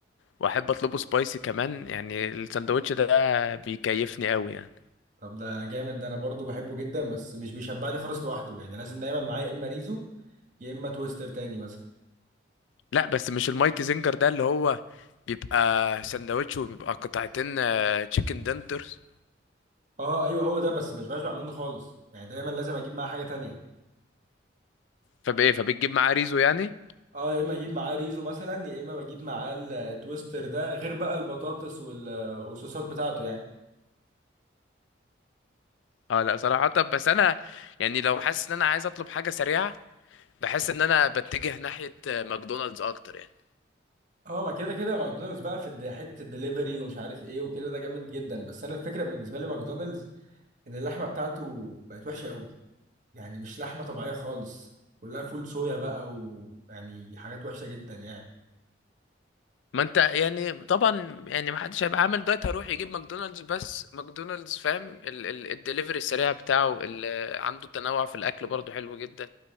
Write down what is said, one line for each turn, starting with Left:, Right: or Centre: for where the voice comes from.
Left: واحب اطلبه سبايسي كمان يعني الساندوتش ده بيكيفني قوي يعني
Right: طب ده جامد ده انا برضو بحبه جدا بس مش بيشبعني خالص لوحده يعني لازم دايما معايا يا اما ريزو يا اما تويستر تاني مثلا
Left: لا بس مش المايتي زنجر ده اللي هو بيبقى ساندوتش وبيبقى قطعتين تشيكن دنترز
Right: اه ايوه هو ده بس مش بشبع منه خالص يعني دايما لازم اجيب معاه حاجه تانية
Left: فبايه فبتجيب معاه ريزو يعني
Right: اه يا اما اجيب معاه ريزو مثلا يا اما بجيب معاه التويستر ده غير بقى البطاطس وال- والصوصات بتاعته يعني
Left: اه لا صراحة بس انا يعني لو حاسس ان انا عايز اطلب حاجة سريعة بحس ان انا بتجه ناحية آه، ماكدونالدز اكتر يعني
Right: اه ما كده كده ماكدونالدز بقى في الد- حته الدليفري ومش عارف ايه وكده ده جامد جدا بس انا الفكره بالنسبه لي ماكدونالدز ان اللحمه بتاعته بقت وحشه قوي يعني مش لحمة طبيعية خالص كلها فول صويا بقى ويعني حاجات وحشة جدا يعني
Left: ما انت يعني طبعا يعني ما حدش هيبقى عامل دايت هيروح يجيب ماكدونالدز بس ماكدونالدز فاهم ال- ال- الدليفري السريع بتاعه ال- آه، عنده تنوع في الاكل برضه حلو جدا